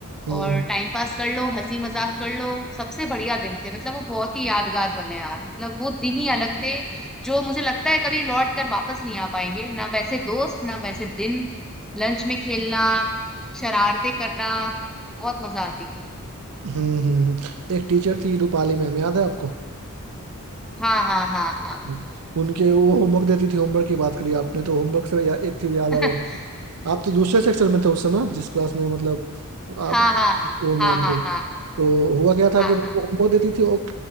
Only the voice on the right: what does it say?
हम्म
हम्म हम्म हम्म। एक टीचर थी रूपाली मैम याद है आपको
हम्म। उनके वो होमवर्क देती थी होमवर्क की बात करी आपने तो होमवर्क से या, एक चीज याद
आई आपको। आप तो दूसरे सेक्शन में थे उस समय जिस क्लास में मतलब आप
वो मैम
थी
तो हुआ क्या था
कि वो होमवर्क देती थी और